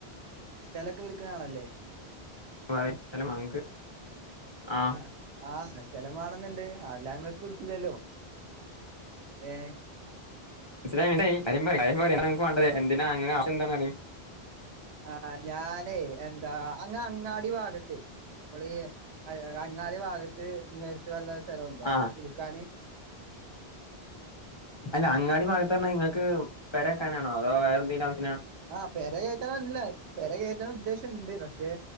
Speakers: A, on the right; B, on the left.
A: സ്ഥലൊക്കെ വിൽക്കുന്നആളല്ലേ.
B: വായി തല മങ്ക് ആ.
A: ആഹ് ആഹ് സ്ഥലം വാണന്ന്ണ്ട് അല്ലാ ങ്ങൾക് വിളിച്ചുല്ലല്ലോ ഏ.
B: മനസിലായി കാര്യംപറയ് എന്താ അൻക് വേണ്ടത് എന്തിനാ അങ്ങനെ ആവശ്യ എന്താണ് പറയ്.
A: ആ ഞ്ഞാനെ എന്താ അങ്ങ് അങ്ങാടി ഭാഗത്തേ. നമ്മളി അങ്ങാല്ി ഭാഗത്ത് നേരത്ത് വല്ല സ്ഥലണ്ടോ
B: ആഹ്
A: <unintelligible>
B: അല്ല അങ്ങാടി ഭാഗത്ത് പറഞ്ഞാൽ നിങ്ങൾക് പെര വെക്കാനാണോ അതോ വേറെ എന്തങ്കിലും ആവി
A: ആ പെരകയറ്റാനല്ലേ പെരകയറ്റാൻ ഉദ്ദേശ യുണ്ട് പക്ഷെ